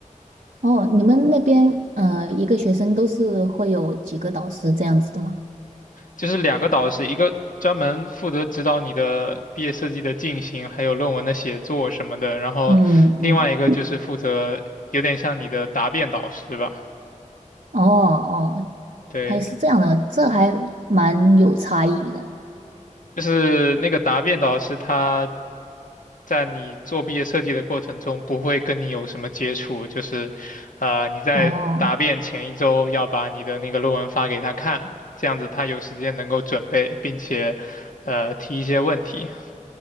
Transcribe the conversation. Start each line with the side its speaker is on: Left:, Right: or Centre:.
Right: 哦，你们那边呃，一个学生都是会有几个导师这样子的吗？
Left: 就是两个导师，一个专门负责指导你的毕业设计的进行，还有论文的写作什么的，然后另外一个就是负责有点像你的答辩导师吧。
Right: 嗯嗯，哦哦，
Left: 对，
Right: 还是这样的，这还蛮有差异的。
Left: 就是那个答辩导师，他在你做毕业设计的过程中，不会跟你有什么接触，就是，呃，你在答辩前一周要把你的那个论文发给他看，
Right: 哦
Left: 这样子他有时间能够准备，并且，呃，提一些问题。